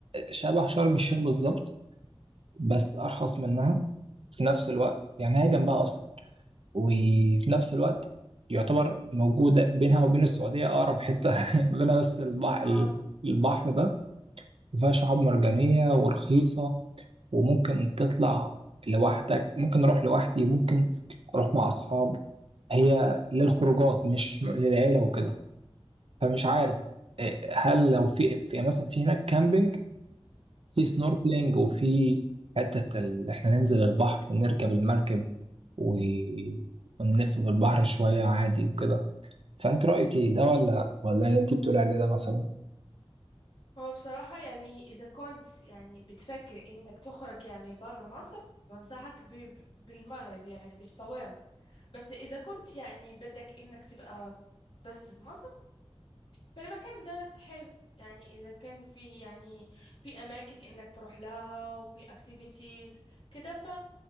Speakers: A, on the right; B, on the left.
A: شبه شرم الشيخ بالظبط بس ارخص منها في نفس الوقت
B: أمم.
A: يعني هي جنبها اصلا وفي نفس الوقت يعتبر موجودة بينها وبين السعودية أقرب حتة <laughs> ما بينها بس البحر,
B: اه
A: البحر ده وفيها شعاب مرجانية ورخيصة وممكن تطلع لوحدك ممكن أروح لوحدي ممكن أروح مع أصحاب هي للخروجات مش للعيلة وكده فمش عارف
B: اه
A: إيه، هل لو في في مثلا في هناك كامبينج في سنوركلينج
B: امم
A: وفي حتة ال... إحنا ننزل البحر نركب المركب و... ونلف في البحر شوية عادي وكده فأنت رأيك إيه ده ولا ولا اللي أنت بتقولي عليه ده مثلا؟
B: هو بصراحة يعني إذا كنت يعني بتفكر إنك تخرج يعني برا مصر بنصحك ب... ب- بالمغرب يعني بالصويرة بس إذا كنت يعني بدك إنك تبقى بس في مصر فالمكان ده حلو يعني إذا كان فيه يعني في أماكن إنك تروح لها وفي activities كده ف...